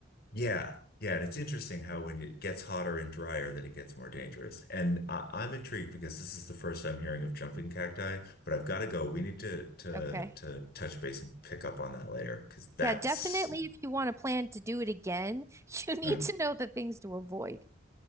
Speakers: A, on the left (about 55°); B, on the right (about 15°).
A: Yeah, yeah, and it's interesting how when it gets hotter and drier that it gets more dangerous. And I, I'm intrigued because this is the first I'm hearing of jumping cacti, but I've got to go. We need to to
B: Okay.
A: to touch base and pick up on that later because that's
B: Yeah, definitely if you want to plan to do it again, <laughs> you need
A: mm,
B: to know the things to avoid.